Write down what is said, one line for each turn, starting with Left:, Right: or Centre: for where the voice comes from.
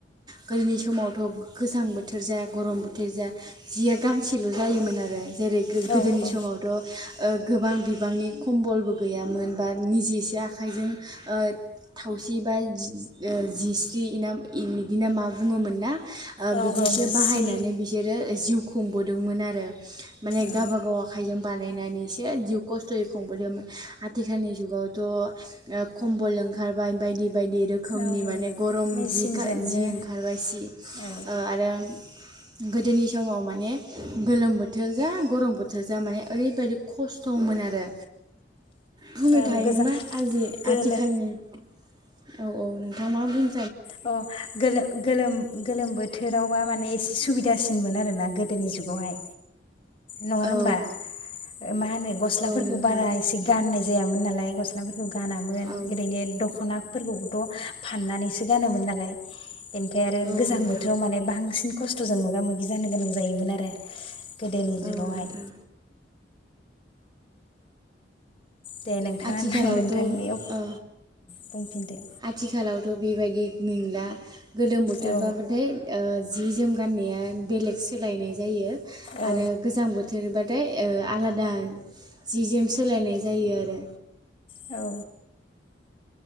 Right: गोदोनि समावथ' गोजां बोथोर जाया गरम बोथोर जााया जिया गांसेल' जायोमोन आरो। जेरै
Left: औ
Right: गोदोनि
Left: औ
Right: समावथ' गोबां बिबांनि खम्बलबो गैयामोन बा निजेसो आखाइजों थावसि बा जिस्रि बिदिना मा बुङोमोन ना।
Left: औ
Right: बिदिसो
Left: औ जिस्रि
Right: बाहायनानै बिसोरो जिउ खुंबोदोंमोन आरो। माने
Left: औ
Right: गावबा गाव आखायजों बानायनानैसो जिउ खस्थ'यै खुंबोदोंमोन आथिखालनि जुगावथ' खम्बल ओंखारबाय बायदि बायदि रोखोमनि
Left: औ
Right: माने
Left: औ
Right: गरम
Left: मेचिनजोंनो
Right: जि जि ओंखारबाय सि
Left: औ
Right: आरो गोदोनि समाव माने गोलोम बोथोर जा गरम बोथोर जा माने ओरैबायदि खस्थ'मोन आरो। बुंनो
Left: औ
Right: थायो
Left: गोजा
Right: मा आजि
Left: गोलो
Right: आथिखालनि औ औ नोंथाङ मा बुं
Left: अ गोलो गोलोम गोलोम बो बोथोरावबा माने एसे सुबिदासिनमोन आर ना गोदोनि जुगावहाय। नङा
Right: औ
Left: होमबा मा होनो गस्लाफोरखौ
Right: औ नोंथां
Left: बारा एसे गाननाय जायामोन नालाय। गस्लाफोर गानामोन
Right: औ
Left: ओरैनो दख'ना फोरखौबोथ' फाननानैसो गानोमोन नालाय। बेनिफ्राय आरो
Right: औ
Left: गोजां
Right: नोंथां
Left: बोथोराव माने बांसिन खस्थ'जों मोगा मोगि जानो गोनां जायोमोन आरो। गोदोनि
Right: औ
Left: जुगावहाय
Right: नोंथां
Left: दे नोंथाङा
Right: आथिखालावथ'
Left: नोंथांनि
Right: ओ
Left: औ बुंफिनदो।
Right: आथिखालावथ' बेबायदि नंला। गोलोम बोथोरबाबथाय
Left: औ
Right: ओ जि जोम गान्नाया बेलेग सोलायनाय जायो।
Left: औ
Right: आरो गोजां बोथोरनि बा थाय अ आलादा जि जोम सोलायनाय जायो आरो
Left: औ